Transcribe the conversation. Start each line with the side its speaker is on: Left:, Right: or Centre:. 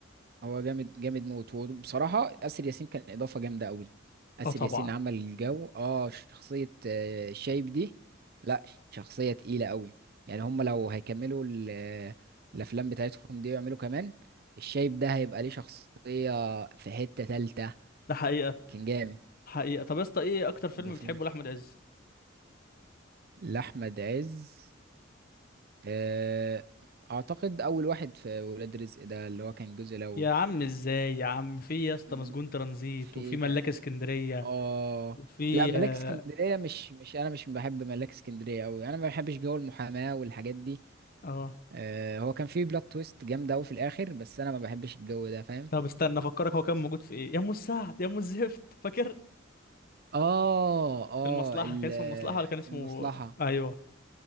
Right: هو جامد جامد موت وبصراحة آسر ياسين كان إضافة جامدة قوي آسر
Left: اه طبعا
Right: ياسين عمل الجو اه شخصية آه، شايب دي لا شخصية تقيلة قوي يعني هم لو هيكملوا ال- آه، الأفلام بتاعتهم دي ويعملوا كمان الشايب ده هيبقى ليه شخصية في حتة تالتة
Left: ده حقيقة
Right: كان جامد
Left: حقيقة طب يا اسطى ايه أكتر فيلم
Right: ضاف
Left: بتحبه
Right: لهم
Left: لأحمد عز؟
Right: لأحمد عز آه، أعتقد أول واحد في ولاد رزق ده اللي هو كان الجزء الأول
Left: يا عم ازاي يا عم في يا اسطى
Right: م-
Left: مسجون ترانزيت
Right: في
Left: وفي
Right: إيه
Left: ملاك اسكندرية
Right: اه
Left: وفي
Right: لا ملاك
Left: اه
Right: اسكندريه مش مش انا مش بحب ملاك اسكندريه قوي انا ما بحبش جو المحاماه والحاجات دي
Left: آه.
Right: آه هو كان فيه بلوت تويست جامده قوي في الاخر بس انا ما بحبش الجو ده فاهم
Left: طب استنى افكرك هو كان موجود في ايه يا ام السعد يا ام الزفت فاكر
Right: اه اه
Left: المصلحه
Right: ال-
Left: كان اسمه المصلحه ولا كان اسمه
Right: المصلحه
Left: ايوه